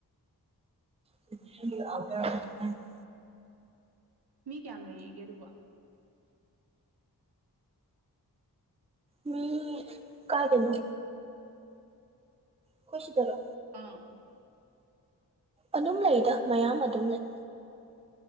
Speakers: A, on the right; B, on the right.
A: <unintelligible>
B: ꯃꯤ ꯀꯌꯥꯝ ꯂꯩꯔꯤꯒꯦ ꯑꯗꯨꯕꯨ
A: ꯃꯤ ꯀꯥꯏꯗꯅꯣ ꯈꯣꯏ ꯁꯤꯗꯔꯣ
B: ꯑꯥ
A: ꯑꯗꯨꯝ ꯂꯩꯗ ꯃꯌꯥꯝ ꯑꯗꯨꯝ ꯂꯩ